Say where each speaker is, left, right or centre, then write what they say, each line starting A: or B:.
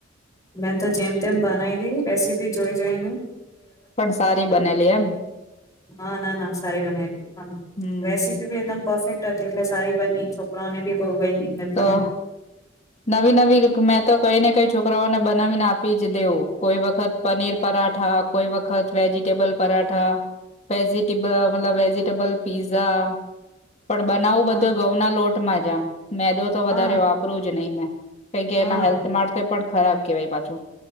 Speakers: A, on the left; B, on the left.
A: મેં તો જેમ તેમ બનાવી ર રેસીપી જોઈ જઈ ને
B: પણ સારી બનેલી એમ
A: હા ના ના સારી બનાલી
B: હમ
A: રેસીપી બી એકદમ પરફેક્ટ હતી એટલે સારી બની છોકરાઓને બી ઈ નિંદ
B: તો
A: કો
B: નવી નવી મેં તો કઈ ને કઈ છોકરાઓને બનાવીને આપી જ દેવો કોઈ વખત પનીર પરાઠા, કોઈ વખત વેજીિટેબલ પરાઠા વેજીટેબલ મતલબ વેજીિટેબલ પીઝા પણ બનાવું
A: હા
B: બધાં ઘઉંના લોટમાં જ આમ મેદો તો વધારે
A: હા
B: વાપરું જ નહી મેં કેમ કે
A: હા
B: એના હેલ્થ માટે પણ ખ ખરાબ કેવાય પાછું